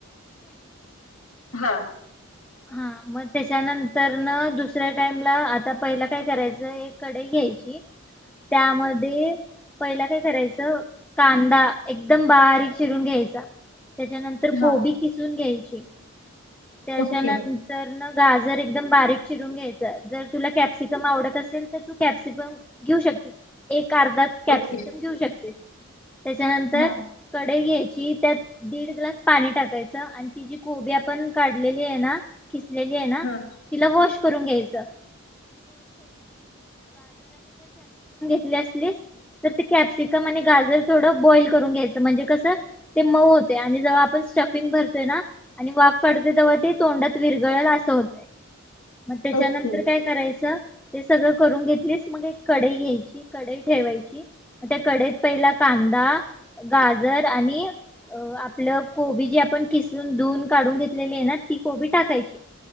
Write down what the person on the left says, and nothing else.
हा
हा
ओके
ओके
हा
हा
ओके